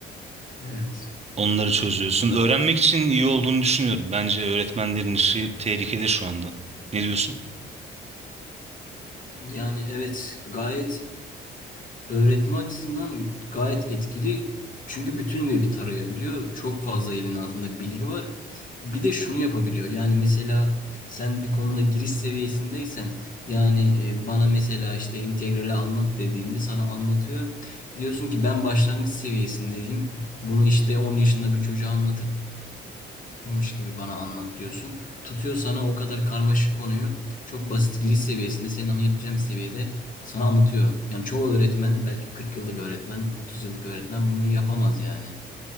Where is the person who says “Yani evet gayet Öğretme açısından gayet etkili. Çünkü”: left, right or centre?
Left